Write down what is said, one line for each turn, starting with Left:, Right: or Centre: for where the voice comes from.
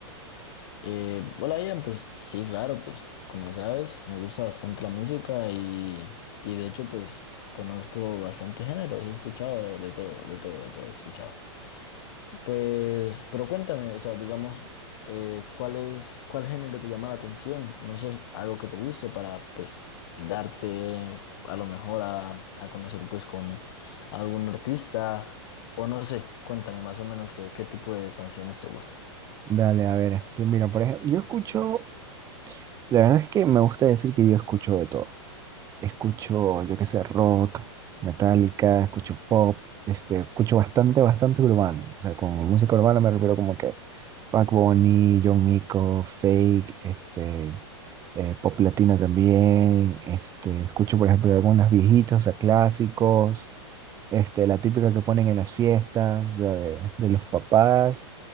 Left: Eh, hola Ian, pues sí, claro, pues como sabes, me gusta bastante la música y, y de hecho pues conozco bastante géneros, he escuchado de todo, de todo, de todo, he escuchado. Pues, pero cuéntame, o sea, digamos, eh, ¿cuál es, cuál género te llama la atención? No sé, algo que te guste para pues darte a lo mejor a, a conocer pues con algún artista o no sé, cuéntame más o menos qué, qué tipo de canciones te gusta.
Right: Dale, a ver, este, mira, por ejemplo, yo escucho, la verdad es que me gusta decir que yo escucho de todo. Escucho, yo qué sé, rock, metálica, escucho pop, este, escucho bastante, bastante urbano. O sea, con música urbana me refiero como que Bad Bunny, John Mico, Fake, este, eh, pop latina también. Este, escucho, por ejemplo, algunas viejitas, o sea, clásicos, este, la típica que ponen en las fiestas, o sea, de, de los papás.